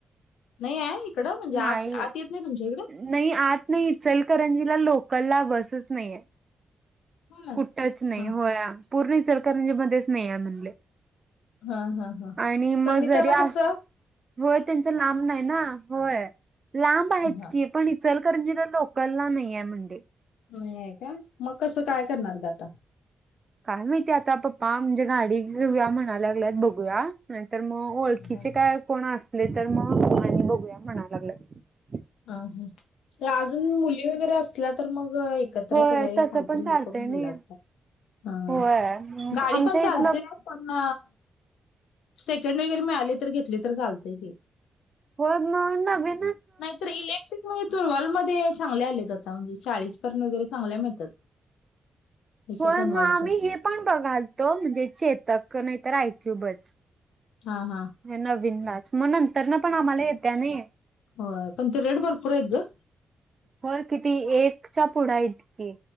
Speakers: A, on the left; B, on the right.
A: नाही आहे इकडं म्हणजे
B: नाही
A: आत आत येत नाही तुमच्या इकडं
B: नाही आत नाही चलकरंजीला लोकल ला बसच नाहीये
A: हा
B: कुठच नाही
A: हा
B: हो या पूर्ण सरकार मध्येच नाही या म्हणले
A: हा हा हा
B: आणि
A: प्रणिताला
B: मग जरी
A: कस
B: अस होय त्यांच लांब नाही ना होय लांब आहेतत
A: हा
B: की पण इ सलकररंजीना लोला न्यामंडी
A: नाहीय का मग कसं काय करणार ग आता
B: काय माहिती आता पप्पा म्हणजे गाडी घेऊया म्हणायला लागल्यात बघूया नाही तरर मग ओळखीचे
A: हा.
B: काय कोण असले तर मग आणि बघूया म्हणाव लागले
A: हा ह अजून मुली वगैरे असल्या तर मग एकत्र
B: होय
A: सगळे
B: तसं
A: काहीतरी
B: पण चालतंय
A: व करून
B: नाही
A: गेलं असतात ह
B: होय
A: गाडी
B: आमच्या
A: पण चालते
B: इथलं
A: पण सेकंड वगैरे मिळाले तर घेतले तर चालतेय की
B: होद नव ना बिन
A: नाहीत तर इलेक्ट्रिक म्हणजे तुनवाॉलमध्येध्ये चांगले आलेत आता म्हणजे चाळीस पर्यंत वगैरे चांगल्या मिळतात ह्याच्या
B: होय
A: तनवालच्या
B: मग आम्ही हे पण बघालतो म्हणजे चेतक नाही तर ऐकू बच
A: हा हा
B: नवीनलाच मग नंतर ना पण आम्हाला येत्या नाही
A: हो पणर एर्ड बार पुरा येतो
B: होर किती एकच्या पुढा इतकी